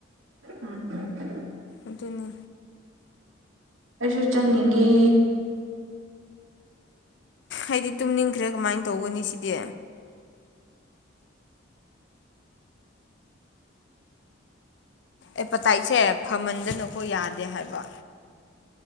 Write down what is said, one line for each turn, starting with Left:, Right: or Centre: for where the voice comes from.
Right: ꯎꯝ ꯎꯝ
Left: ꯑꯗꯨꯅꯤ
Right: ꯑꯩꯁꯨ ꯆꯠꯅꯤꯡꯉꯦ
Left: ꯑꯩꯗꯤ ꯇꯨꯝꯅꯤꯡꯈ꯭ꯔꯦ ꯀꯃꯥꯏꯅ ꯇꯧꯒꯅꯤ ꯁꯤꯗꯤ ꯑꯦꯄꯇꯥꯏꯠꯁꯦ ꯐꯃꯟꯗꯅꯀꯣ ꯌꯥꯗꯦ ꯍꯥꯏꯕ